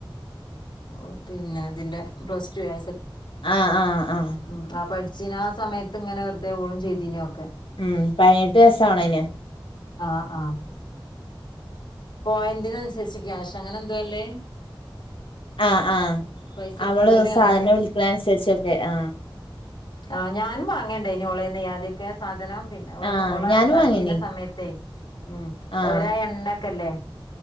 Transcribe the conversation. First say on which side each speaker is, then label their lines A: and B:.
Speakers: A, on the left (about 60°); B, on the left (about 75°).
A: ഓ പിന്നെ ഇതിന്റെ പ്ലസ് ടു ആയ
B: ആഹ ആഹ ആഹ
A: ഉം ആ പഠിച്ചീന് ആ സമയത്ത് ഇങ്ങനെ വെറുതെ ഓളും ചെയ്തീന് ഒക്കെ
B: ഉം പതിനെട്ട് വയസ്സാവണേന്
A: ആഹ് ആഹ് പോയിന്റിനനുസരിച്ച് ക്യാഷ് അങ്ങനെ എന്തോ അല്ലേ
B: ആ ആഹ്
A: പൈസ
B: അവള്
A: കൂടല്
B: സാധനം
A: അങ്ങനെ
B: വിളിക്കണ അനുസരിച്ചൊക്കെ ആ
A: ആ ഞാനും വാങ്ങേണ്ട ഇനി ഓളേന്ന ആദ്യക്കെ ഒക്കെ സാധനം പിന്നെള
B: ആഹ്
A: ഓള്
B: ഞാനും
A: നടത്തിരുന്ന
B: വാങ്ങീനി
A: സമയത്തേ ഉം
B: ആഹ്
A: ഒരാ എണ്ണക്കല്ലേ